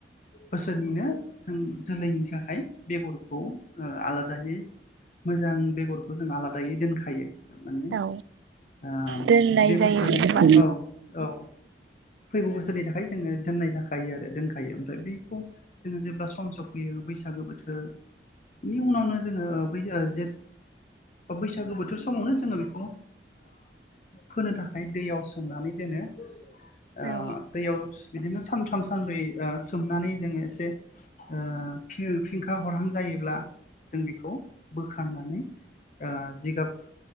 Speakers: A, on the left (about 45°); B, on the right (about 90°).
A: बोसोरनिनो जों जोलैनि थाखाय बेगरखौ ओ आलादायै मोजां बेगरखौ जों आलादायै दोनखायो। माने
B: औ
A: आ
B: दोननाय
A: बे
B: जायो
A: बोसोरनिखौ
B: जेनेबा
A: औ-औ। फैगौ बोसोरनि थाखाय जोङो दोन्नाय जाखायो आरो दोनखायो ओमफ्राय बेखौ जोङो जेब्ला सम समफैयो बैसागो बोथोर नि उनावनो जोङो बै जेठ बैसागो बोथोर समावनो जोङो बेखौ फोनो थाखाय दैयाव सोमनानै दोनो। आ
B: औ
A: दैयाव बिदिनो सानथाम सानब्रै ओ सोमनानै जोङो एसे ओ फिं फिंखा हरहां जायोब्ला जों बेखौ बोखांनानै ओ जिगाब